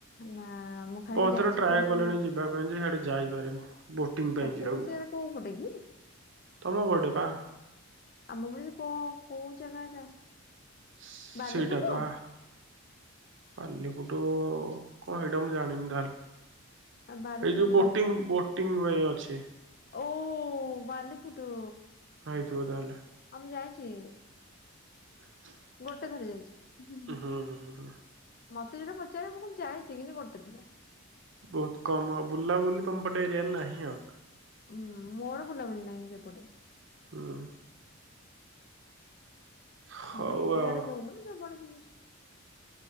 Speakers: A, on the left (about 45°); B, on the right (about 60°).
A: ନା ମୁଁ ଖାଲି
B: ବହୁତ
A: ଯାଇଛି
B: ଥର ଟ୍ରାଏ
A: ସେ
B: କଲିଣି
A: ଯୋଉ
B: ଯିବା ପାଇଁ ଯେ ଇହାଡେ ଯାଇପାରିନି। ବୋଟିଂ ପାଇଁ
A: ସାତକୋଶିଆରେ
B: ଯିବାକୁ
A: କୋଉ ପଟେ କି?
B: ତମ ପଟେ ପା।
A: ଆମ ବୋଲେ କୋ କୋଉ ଜାଗା ଏଟା?
B: ସେଇଟା
A: ବାଲିଫୁଟ?
B: ପା ପାଲି ପୁଟୁ କଣ ଏଇଟା ମୁଁ ଜାଣିନି ତାହେଲେ।
A: ଆ ବାଲିଫୁଟ
B: ଏଇ ଯୋଉ ବୋଟିଂ
A: ତାହେଲେ କହୁଥିଲ
B: ବୋଟିଂ ପାଇଁ ଅଛି।
A: ଓ ବାଲିଫୁଟୁ।
B: ହେଇଥିବ ତାହେଲେ।
A: ଆ ମୁଁ ଯାଇଛି।
B: <unintelligible>
A: ଗୋଟେ ଥର ଯାଇଛି।
B: ହୁଁ ହୁଁ ହୁଁ।
A: ମତେ ଯେତେବଳେ ପଚାରିବେ ମୁଁ କହିବି ଯାଇଛି କିନ୍ତୁ ଗୋଟେଥର।
B: ବହୁତ କମ ଆଉ ବୁଲାବୁଲି ତମପଟେ ଏରିଆରେ ନାହିଁ ଆଉ।
A: ହୁଁ ମୋର ବୁଲା ବୁଲି ନାହିଁ ସେପଟେ।
B: ହୁଁ। ହଉ
A: ମୁଁ
B: ଆଉ
A: ଇଆଡେ କହୁନ ସବୁଆଡେ ବୁଲୁଛି।